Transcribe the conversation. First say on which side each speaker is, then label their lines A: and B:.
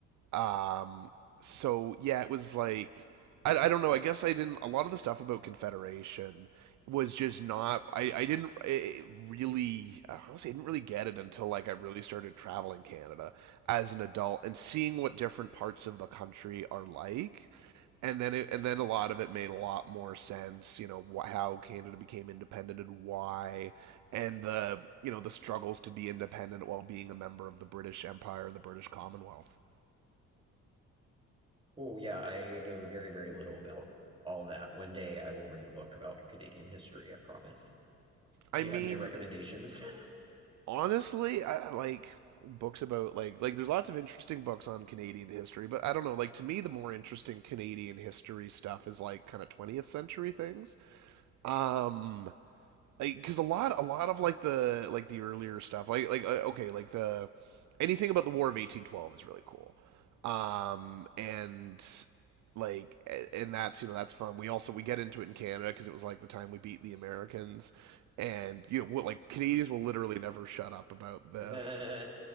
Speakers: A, on the right (about 70°); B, on the right (about 20°).
A: Um, so yeah, it was like I, I don't know. I guess I didn't. A lot of the stuff about Confederation was just not. I I didn't eh, really. Honestly, I didn't really get it until like I really started traveling Canada as an adult and seeing what different parts of the country are like. And then it, and then a lot of it made a lot more sense. You know wh- how Canada became independent and why, and the you know the struggles to be independent while being a member of the British Empire and the British Commonwealth.
B: Cool. Yeah, I know very, very little about all that. One day I will read a book about Canadian history, I promise. Do
A: I
B: you
A: mean,
B: have any recommendations? <laughs>
A: honestly, I like books about like like there's lots of interesting books on Canadian history, but I don't know, like to me the more interesting Canadian history stuff is like kind of 20th century things. Um like because a lot a lot of like the like the earlier stuff like like uh, okay like the anything about the war of 1812 is really cool um and like and that's you know that's fun we also we get into it in canada because it was like the time we beat the americans and you know what like canadians will literally never shut up about this
B: Nah,